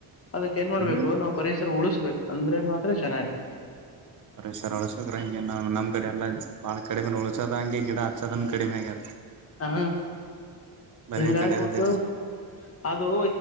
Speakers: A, on the left; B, on the right.
A: ಅದಕ್ ಏನ್ ಮಾಡ್ಬೇಕು
B: ಹ್ಮ್
A: ನಾವ್ ಪರಿಸರ ಉಳಸ್ಬೇಕು ಅಂದ್ರೆ ಮಾತ್ರ ಚೆನ್ನಾಗಿ
B: ಅ್ರ ಸರ್ ಒಳ <unintelligible> ಶುಕ್ರ ಹಂಗೆ ನಾ್ ನಮ್ ಕಡೆ ಎಲ್ಲ ಬಾಳ ಕಡಿಮೆ ಊಳಸೋದ ಹಂಗೆ ಗಿಡ ಹಚ್ಚದ ಕಡಿಮೆ ಆಗ್ಯಾರ
A: ಹಾ
B: ಬರೇ
A: ಹೆಂಗಗ್ಬಿಟ್ಟು
B: ಕಡೆ ಜಾಸ್ತಿ
A: ಅದು